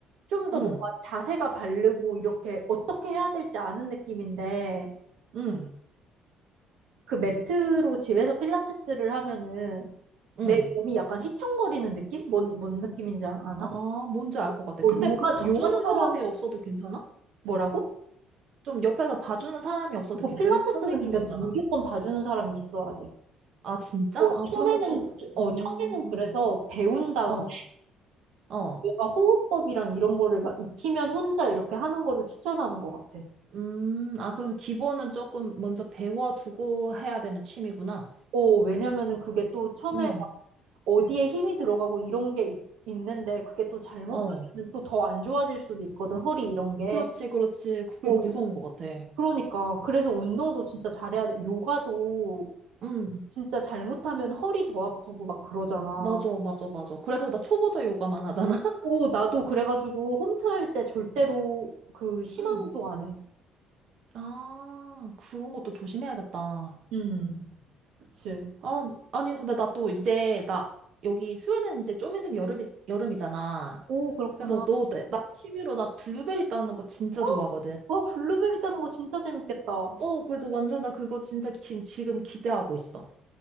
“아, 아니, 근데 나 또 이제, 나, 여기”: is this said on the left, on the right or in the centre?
Right